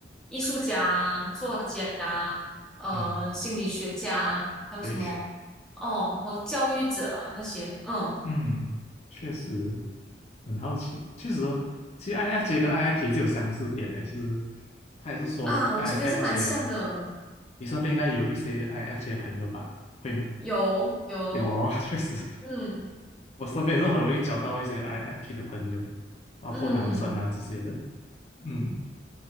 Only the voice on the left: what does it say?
嗯，
对，
嗯，<laughs> 确实很好奇。确实哦，其实 i N f j 跟 i I f p 是有相似点的。其实他也是说
i N f j 你身边应该有一些 i N f j 的朋友吧？会吗？
有哦，<laughs> 确实，
我身边也是很容易交到一些 INFP 的朋友，包括男生啊这些的。
嗯，